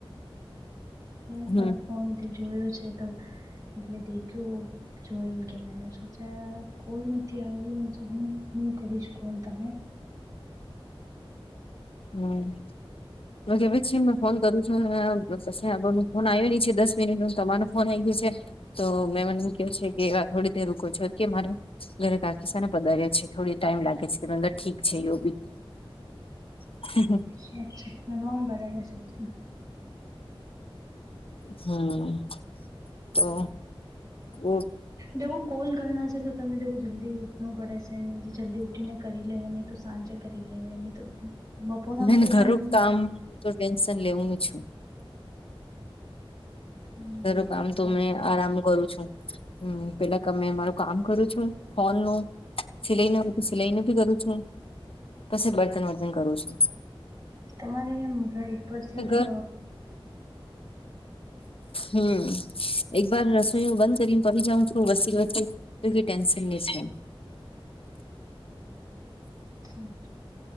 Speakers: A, on the right; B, on the left.
A: હ
B: હમ
A: પણ ફોનથી જોયયો છે, તો એટલે દેખ્યું જોઈને કે મેને સોચ કો ન થી આવ્યું મ તો હું હું કરીશ કોલ તમે
B: હમ તો કેવી છે મે ફોન કરું છું <unintelligible> ફોન આવ્યો નહી છે દસ મિનિટ તમાર ફોન ગયું છે તો મેં મને એમ ક છે કે થોડી રોકો છો કે મારે ઘરે કાકી સાને પઘાર્યા છે થોડી ટાઈમ લાગે છેર ઠીક છે એવ બી હ હ
A: અચ્છા <unintelligible>
B: હમ તો બ
A: દવ કોલ ગના છે તો તમે દખો જલ્દી ઉઠનું પડે છે, ને જે જલ્દી ઉઠીને કરી લેવા ને તો સાંજે કરી લે તો બપોર સામે
B: મેને
A: તો
B: ઘરું
A: ટમ
B: કામ તો ટેન્શન લેવું છુ.
A: હમ
B: તરું કામ તો મેં આરામ કરું છુ. હમ પેલા તમે અમારું કામ કરું છું હોલ નું સિલાઈ ન બું સિલાઈ નું ભી કરું છું પછી બર્તન વર્તન કરું છુ.
A: તમારે જેમ ઘર ઉપર છે, તો
B: ઘર હમ એક બર રસોઈ બંધ કરીને પડી જાઉં છું વસ્તી વસ્તી તુંકી ટન્શન લ છ.
A: હ